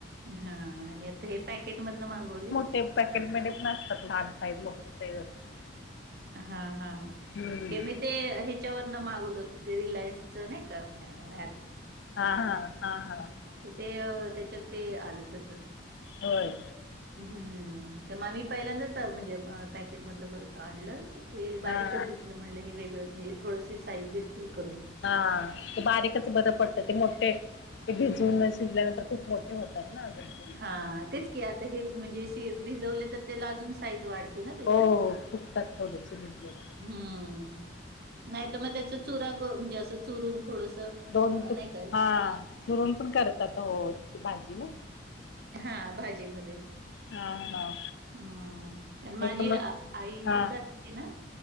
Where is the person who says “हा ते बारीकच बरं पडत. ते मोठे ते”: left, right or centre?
Left